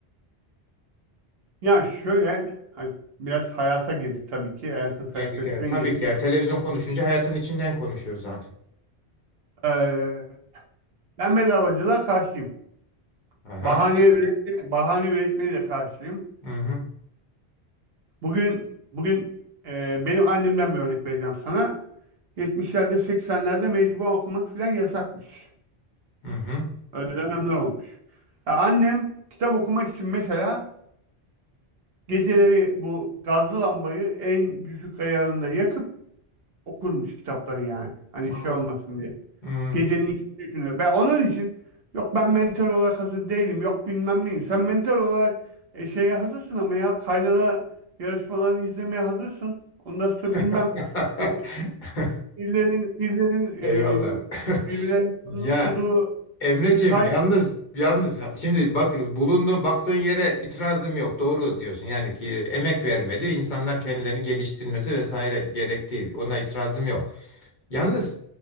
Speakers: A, on the right (about 65°); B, on the left (about 50°).
A: Ya şöyle, hani biraz hayata girdik tabii ki. Hayatın felsefesine
B: Girdik evet. Tabii
A: girdik.
B: ki ya televizyon konuşunca hayatın içinden konuşuyoruz zaten.
A: Ee, ben bedavacılığa karşıyım.
B: Aha.
A: Bahane üretme, bahane üretmeye de karşıyım.
B: Hı hı.
A: Bugün bugün e, benim annemden bir örnek vereceğim sana. 70'lerde 80'lerde mecbur okumak filan yasakmış.
B: Hı hı.
A: Öyle dönemler olmuş. Ya annem kitap okumak için mesela geceleri bu gazlı lambayı en düşük ayarında yakıp okurmuş kitapları yani. Hani
B: Anladım.
A: şey olmasın diye.
B: Hı.
A: Gecenin ikisini üçünde. Ben onun için yok ben mental olarak hazır değilim. Yok bilmem neyim. Sen mental olarak e, şeye hazırsın ama ya kaynana yarışmalarını izlemeye hazırsın. Ondan sonra
B: <laughs>
A: bilmem e, birilerin, birilerin
B: Eyvallah. <laughs>
A: e, birbirlerinin
B: Ya
A: canını okuduğu
B: Emreciğim
A: bir kay
B: yalnız yalnız şimdi bak bulunduğun baktığın yere itirazım yok. Doğru diyorsun. Yani ki emek vermeli, insanlar kendilerini geliştirmesi vesaire gerektiği. Ona itirazım yok. Yalnız